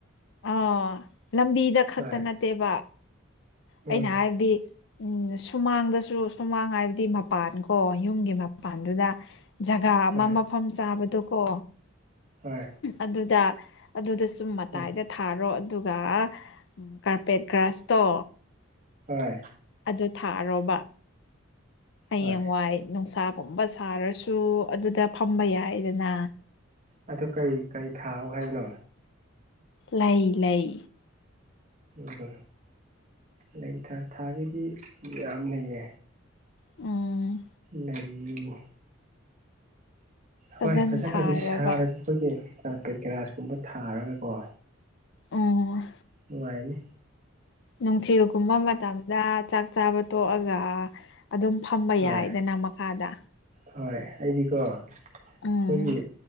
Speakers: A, on the left (about 60°); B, on the right (about 35°).
A: ꯑꯣ ꯂꯝꯕꯤꯗ ꯈꯛꯇ
B: ꯍꯣꯏ
A: ꯅꯠꯇꯦꯕ
B: ꯎꯝ
A: ꯑꯩꯅ ꯍꯥꯏꯔꯗꯤ ꯎꯝ ꯁꯨꯃꯥꯡꯗꯁꯨ ꯁꯨꯃꯥꯡ ꯍꯥꯏꯕꯗꯤ ꯃꯄꯥꯟ ꯀꯣ ꯌꯨꯝꯒꯤ ꯃꯄꯥꯟꯗꯨꯗ ꯖꯒꯥ ꯑꯃ
B: ꯍꯣꯏ
A: ꯃꯐꯝ ꯆꯥꯕꯗꯨꯀꯣ
B: ꯍꯣꯏ
A: ꯑꯗꯨꯗ ꯑꯗꯨꯗ ꯁꯨꯝ ꯃꯇꯥꯏꯗ
B: ꯎꯝ
A: ꯊꯥꯔꯣ ꯑꯗꯨꯒ ꯀꯥꯔꯄꯦꯠ ꯒ꯭ꯔꯥꯁꯇꯣ
B: ꯑꯣꯏ
A: ꯑꯗꯨ ꯊꯥꯔꯣꯕ ꯍꯌꯦꯡꯋꯥꯏ
B: ꯍꯣꯏ
A: ꯅꯨꯡꯁꯥꯒꯨꯝꯕ ꯁꯥꯔꯁꯨ ꯑꯗꯨꯗ ꯐꯝꯕ ꯌꯥꯏꯗꯅ
B: ꯑꯗꯨ ꯀꯩ ꯀꯔꯤ ꯊꯥꯎ ꯍꯥꯏꯅꯣ
A: ꯂꯩ ꯂꯩ
B: ꯑꯗꯨꯒ ꯂꯩ ꯊꯥꯒꯤꯗꯤ ꯌꯥꯝ ꯂꯩꯌꯦ
A: ꯎꯝ
B: ꯂꯩ
A: ꯐꯖꯅ
B: ꯍꯣꯏ ꯐꯖꯅꯗꯤ
A: ꯊꯥꯔꯣꯕ
B: ꯁꯥꯔꯒ ꯑꯩꯈꯣꯏꯒꯤ ꯀꯥꯔꯄꯦꯠ ꯒꯂꯥꯁꯀꯨꯝꯕ ꯊꯥꯔꯒꯀꯣ
A: ꯑꯣ
B: ꯏꯅꯤ
A: ꯅꯨꯡꯊꯤꯜꯒꯨꯝꯕ ꯃꯇꯝꯗ ꯆꯥꯛ ꯆꯥꯕ ꯇꯣꯛꯑꯒ ꯑꯗꯨꯝ ꯐꯝꯕ
B: ꯍꯣꯏ
A: ꯌꯥꯏꯗꯅ ꯃꯈꯥꯗ
B: ꯍꯣꯏ ꯑꯩꯗꯤꯀꯣ ꯑꯩꯈꯣꯏꯒꯤ
A: ꯎꯝ